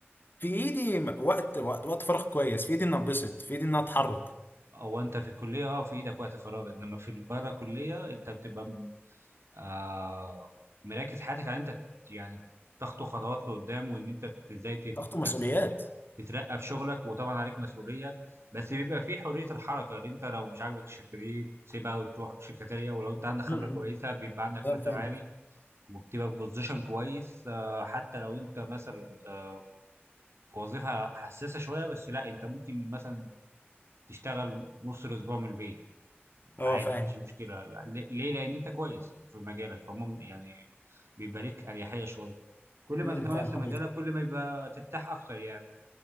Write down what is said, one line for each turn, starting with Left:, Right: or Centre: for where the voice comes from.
Left: في إيدي وقت وقت وقت فراغ كويس في إيدي إن أتبسط في إيدي إن أتحرك
Right: أو أنت في الكلية أه في إيدك وقت فراغ إنما في بره الكلية أنت بتبقى آه، مركز حياتك على إن انت يعني تخطو خطوات لقدام وان انت ت- ازاي تت-
Left: ضغط ومسؤوليات
Right: تت- تترقى في شغلك وطبعا عليك مسؤوليه بس بيبقى في حريه الحركه اللي انت لو مش عاجبك الشركه دي تسيبها وتروح شركه تانيه ولو انت عندك خبره
Left: امم
Right: كويسه بيبقى عندك
Left: فاهم
Right: مرتب
Left: فاهمك
Right: عالي وبتبقى في بوزيشن كويس آه، حتى لو انت مثلا آه، في وظيفه حساسه شويه بس لا انت ممكن مثلا تشتغل نص الاسبوع من البيت عادي
Left: اه فاهم
Right: مفيش مشكله ل- ليه لان انت كويس في مجالك فمم يعني بيبقى ليك اريحيه شويه كل ما
Left: امم
Right: تتميز
Left: فاهم
Right: في مجالك
Left: حضرتك
Right: كل ما يبقى ترتاح اكتر يعني